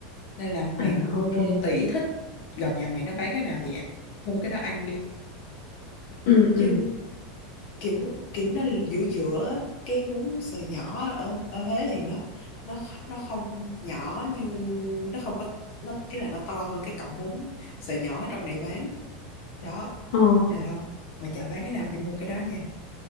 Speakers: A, on the left (about 55°); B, on the left (about 70°).
A: nên là mày
B: À,
A: mua
B: ok.
A: tùy thích gần nhà mày nó bán cái nào thì mua cái đó ăn đi
B: Ừ,
A: chứ
B: ừ.
A: kiểu kiểu nó giữa giữa cái bún sợi nhỏ ở ở Huế thì nó nó nó không nhỏ như nó không có nó ý là nó to hơn cái cọng bún sợi nhỏ ở trong này bán đó
B: Ờ.
A: được không ngoài chợ bán cái nào thì mua cái đó nha